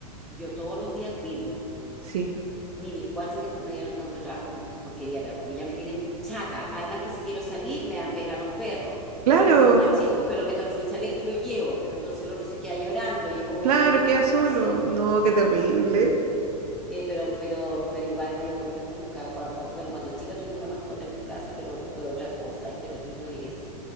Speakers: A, in the centre; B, on the right.
A: yo todos los días digo,
B: Sí,
A: ni mis cuatro hijos me dieron tanto trabajo como estos porquería de perros, porque ya me tienen chata. Además que si quiero salir, me dan pena los perros.
B: claro,
A: El otro, como es más chico, me lo meto dentro del chaleco y lo llevo, pero entonces el otro se queda llorando y, oh,
B: claro,
A: Dios
B: queda
A: mío,
B: solo.
A: señor!
B: No, qué terrible.
A: Eh, pero, pero, pero igual yo, yo nunca, cuando, bueno, cuando chica tuvimos una mascota en mi casa, pero fue otra cosa. Este perrito es,